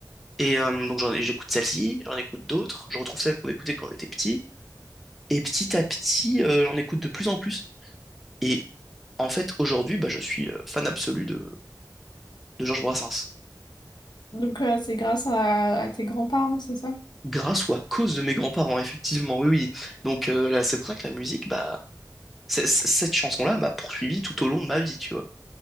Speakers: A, in the centre; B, on the left.
A: Et euh, donc j'en ai- j'écoute celle-ci, j'en écoute d'autres, je retrouve celles qu'on écoutait quand on était petit. Et petit à petit, euh, j'en écoute de plus en plus. Et en fait, aujourd'hui, bah, je suis euh, fan absolu de, de Georges Brassens.
B: Donc euh, c'est grâce à, à tes grands-parents, c'est ça?
A: Grâce ou à cause de mes grands-parents, effectivement, oui, oui. Donc euh, là, c'est pour ça que la musique, bah, c- c- cette chanson-là m'a poursuivi tout au long de ma vie, tu vois.